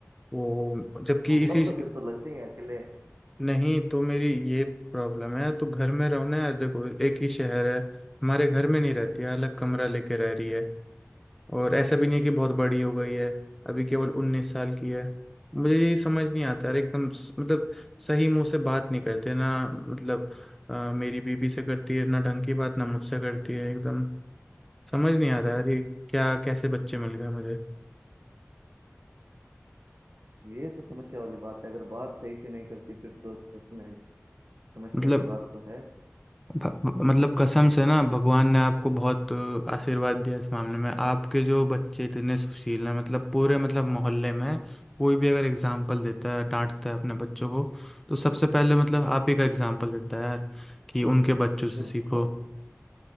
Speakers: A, in the centre; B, on the right.
A: वो जबकि
B: हाँ
A: इसी
B: तब तो फिर तो लगते ही हैं अकेले
A: नहीं तो मेरी ये प्रॉब्लम है तो घर में रहो ना यार देखो एक ही शहर है हमारे घर में नहीं रहती है अलग कमरा लेके रह रही है और ऐसा भी नहीं है कि बहुत बड़ी हो गई है अभी केवल उन्नीस साल की है मुझे यही समझ नहीं आता यार एकदम स- मतलब सही मुंह से बात नहीं करते ना मतलब अ, मेरी बीबी से करती है ना ढंग की बात ना मुझसे करती है एकदम समझ नहीं आ रहा यार ये क्या कैसे बच्चे मिल गए मुझे
B: ये तो समस्या वाली बात है अगर बात सही से नहीं करती फिर तो सच में समस्या
A: मतलब
B: की बात तो है
A: भ- मतलब कसम से ना भगवान ने आपको बहुत अ, आशीर्वाद दिया इस मामले में आपके जो बच्चे इतने सुशील हैं मतलब पूरे मतलब मोहल्ले में कोई भी अगर एग्जाम्पल देता है डांटता है अपने बच्चों को तो सबसे पहले मतलब आप ही का एग्जाम्पल देता है यार कि उनके बच्चों से
B: तो
A: सीखो
B: वो